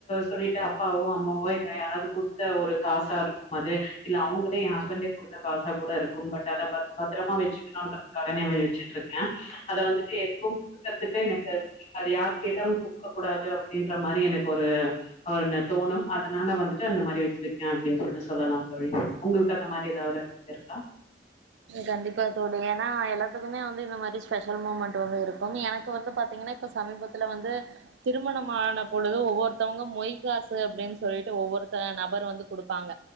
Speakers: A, on the left (about 40°); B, on the right (about 75°).
A: சொல்லிட்டு அப்பாவோ அம்மாவோ இல்ல யாராது குடுத்த ஒரு காசாருக்கும் அது இல்ல அவுங் குளே எ ஹஸ்பண்டே குடுத்த காசா கூட இருக்கும் பட் அத பத் பத்ரமா வச்சுக்கணும்ன்றதுக்காகனே வச்சுட் இருக்க அத வந்துட்டு எதுக்கும் குடுக்கறதுக்கு எனக்கு அது யார் கேட்டாலும் குடுக்க கூடாது அப்டின்ற மாரி எனக் ஒரு ஒன்னு தோணும் அதனால வந்துட்டு அந்த மாரி வச்சிருக்க அப்டின்னு சொல்ட்டு சொல்லலாம் தோழி உங்ளுக்கு அந்த மாரி எதா ஒரு இருக்கா
B: கண்டிப்பா தோழி எனா எல்லாத்துக்குமே வந்து இந்த மாரி ஸ்பெஷல் மூமெண்டு வந்து இருக்கும் எனக்கு வந்து பாத்தீங்கன்னா இப்ப சமீபத்துல வந்து திருமணம் ஆன பொழுது ஒவ்வொருத்தவங்க மொய் காசு அப்டின் சொல்லிட்டு ஒவ்வொருத்த நபர் வந்து குடுப்பாங்க